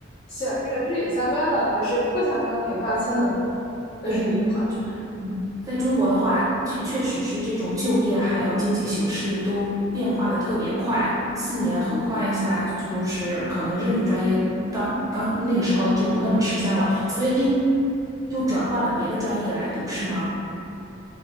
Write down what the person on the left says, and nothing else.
选这个日语相关的，还是不相关那个八千的工作？要是你的话，